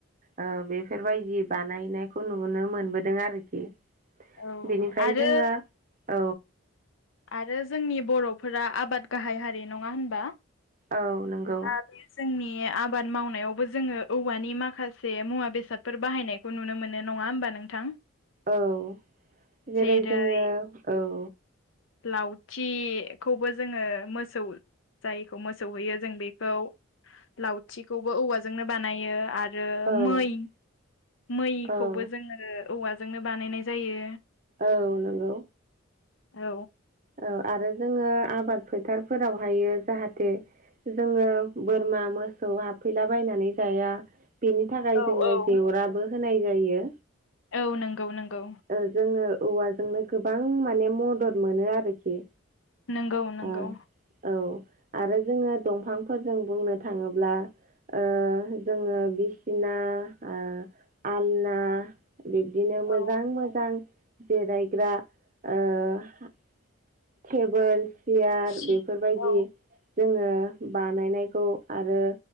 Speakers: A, on the right; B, on the left.
A: ओ बेफोरबायदि बानायनायखौ नुनो मोनबोदों आरोखि।
B: औ
A: बेनिफ्राय
B: आरो
A: जोङो ओ
B: आरो जोंनि बर'फोरा आबाद गाहाय हारि बे नङा होनबा
A: औ नंगौ
B: दा बे जोंनि आबाद मावनायावबो जोङो औवानि माखासे मुवा बेसादफोर बाहायनायखौ नुनो मोनो नङा ओमबा नो नोंथां?
A: औलजेरै
B: जेरै
A: जोङो औ
B: लावथिखौबो जोङो मोसौ जायखौ मोसौ होयो जों बेखौ लावथिखौबो औवाजोंनो बानायो आरो आरो
A: औ
B: मै मैखौबो
A: औ
B: जोङो औवाजोंनो बानायनाय जायो।
A: औ नंगौ।
B: औ।
A: औ आरो जोङो आबाद फोथारफोरावहायो जाहाथे जोङो बोरमा मोसौ हाबफैला बायनानै जाया। बेनि थाखाय
B: औ
A: जोंङो
B: औ
A: जेवराबो होनाय जायो।
B: औ नंगौ नंगौ।
A: ओ जोङो औवाजोंनो गोबां माने मदद मोनो आरोखि।
B: नोंगौ नंगौ।
A: ओ औ आरो जोङो दंफांफोरजों बुंनो थाङोब्ला ओ जोंङो बिसिना, ओ आलना बिब्दिनो मोजां
B: औ
A: मोजां जिरायग्रा ओ हा टेबोल सियार
B: सि
A: बेफोरबायदि
B: औ
A: जोंङो बानायनायखौ आरो